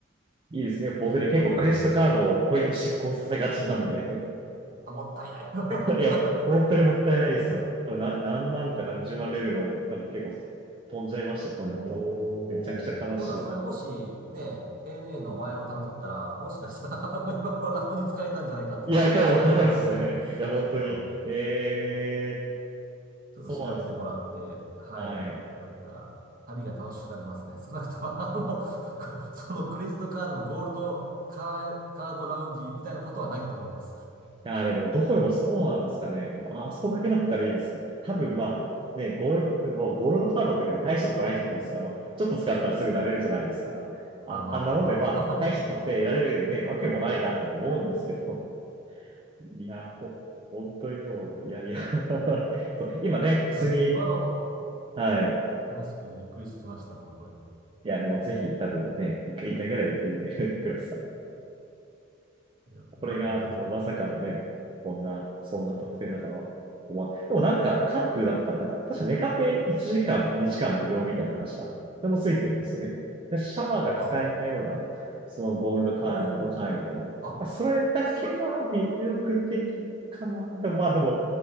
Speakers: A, on the right; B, on the right.
A: いいですね。僕ね、
B: で、日々の買い物とか。
A: 結構クレジットカードをポイント失効させがちなんで。
B: あ、もったいない。<laughs>
A: <laughs> いや、本当にもったいないですよ。多分な、何万か何十万レベルの、多分結構飛んじゃいました、ポイント。
B: おー。
A: めちゃくちゃ悲しい。
B: ほんなら、それもし、ね、ANA のマイル貯めとったら、もしかしたら <laughs> 今頃ラウンジ使えたんじゃないかっていう、
A: いや、かもわからんっすね。
B: もし可能性ありますね。
A: いや、本当に。
B: うん
A: ええー
B: ちょっと調べてもらって、
A: そうなんです。
B: はい、
A: はい。
B: やったら、旅が楽しくなりますね。少なくとも、あの、<laughs> ごそのクレジットカードのゴールドカー、カードラウンジみたいなことはないと思います。
A: や、あれでもどこでもそうなんですかね。ああそこだけだったらいいですけど、多分まあ、ね、ゴールド、もうゴールドカードって別に大したことないじゃないですか。まあちょっと使ったらすぐ慣れるじゃないですか。あ、
B: まあまあまあまあまあ。
A: あんなもんで、まあ、大した得点得られるね、わけもないなと思うんですけど。<laughs> いや、ほ、本当にでも、いやいや <laughs> そう、今ね、普通に、
B: でも、今の
A: はい。
B: 話聞いてびっくりしました、本当に。
A: いや、もうぜひ多分ね、一回一回ぐらい行ってみてください。
B: いや、いや本当ですね。
A: これが、まあ、まさかのね、こんな、そんな得点だとは思わでもなんか、関空だったら、なんか、確かネカフェ1時間、2時間無料みたいな話が、でもついてるんですよね。で、シャワーが使えたような、
B: あ、
A: そのゴールドカード会員でも、
B: おー。あ、
A: まあ、それだけは魅力的かな。
B: それは、
A: でもまあでも、